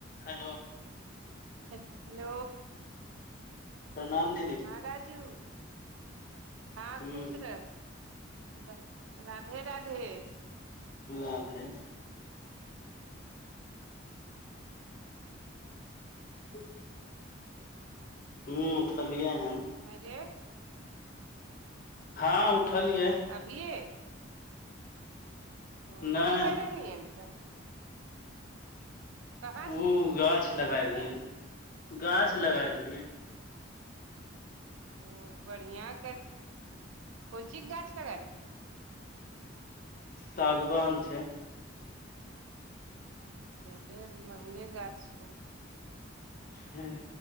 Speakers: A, on the left; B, on the right.
A: Hello
B: hello
A: प्रणाम दीदी
B: ह राजू हँ
A: ह
B: खुश रह र राधे राधे
A: राधे राधे ह <inaudible> हूँ उठलियै हन
B: आरे
A: हँ उठलियै
B: अभिये ओ
A: नहि
B: की करल हून तऽ कहाँ
A: उ गाछ लगाय
B: छलही
A: देलियै
B: रे
A: गाछ लगाय देलियै
B: ओ बढ़िया <unintelligible> कोन चिज गाछ लगा देलियै
A: सागवान छै
B: चले महगा गाछ हौ
A: हूं